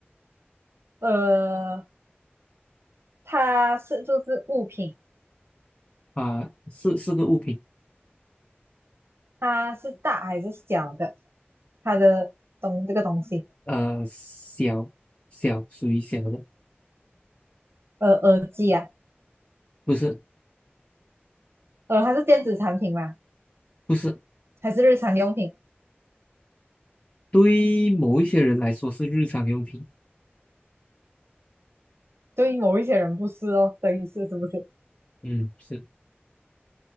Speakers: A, on the right (about 80°); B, on the left (about 30°).
A: 呃，它是就是物品，
B: 啊、是是个物品，
A: 它是大还是小的？它的东这个东西，
B: 呃，小小属于小的，
A: 呃，耳机啊，
B: 不是
A: 呃，它是电子产品吗？
B: 不是，
A: 还是日常用品？
B: 对于某一些人来说是日常用品，
A: 对于某一些人不是哦，等于是是不是？
B: 嗯，是，